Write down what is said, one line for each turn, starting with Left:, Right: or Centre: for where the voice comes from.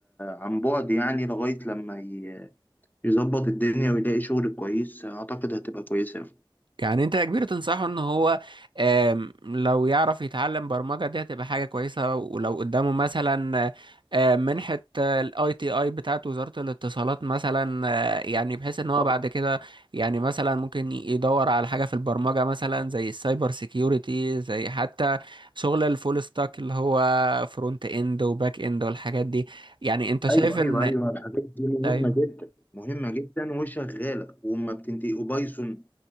Left: عن بعد يعني لغايه لما ي- يظبط الدنيا ويلاقي شغل كويس اعتقد هتبقى كويسه
Right: يعني انت يا كبير تنصحه ان هو آم، لو يعرف يتعلم برمجه دي هتبقى حاجه كويسه ولو قدامه مثلا آه، منحه الاي تي اي بتاعت وزاره الاتصالات مثلا آه، يعني بحيث ان هو
Left: أوي.
Right: بعد كده يعني مثلا ممكن ي- يدور على حاجه في البرمجه مثلا زي السايبر سيكيورتي زي حتى شغل الفول ستاك اللي هو فرونت اند وباك اند والحاجات دي يعني انت شايف
Left: ايوه
Right: ان
Left: ايوه ايوه الحاجات دي مهمه
Right: ايوه
Left: جدا مهمه جدا وشغاله وما بتنتهي وبايثون